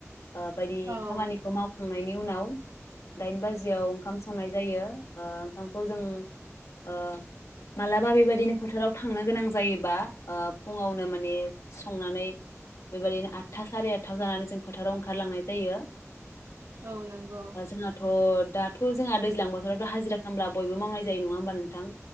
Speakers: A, on the left; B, on the right.
A: ओ बायदि
B: औ
A: खामानिखौ मावखांनायनि उनाव दाइन बाजियाव ओंखाम संनाय जायो ओ ओंखामखौ जों ओ मालाबा बेबायदिनो फोथाराव थांनो गोनां जायोबा ओ फुङावनो मा ने संनानै बेबायदिनो आठथा सारि आठथा जानानै जों फोथाराव ओंखारलांनाय जायो।
B: औ नंगौ
A: ओ जोंहाथ' दा थ' जोंहा दैज्लां बोथोरावथ' हाजिरा खालामब्ला बयबो मावनाय जायो नङा होमबा नोंथां?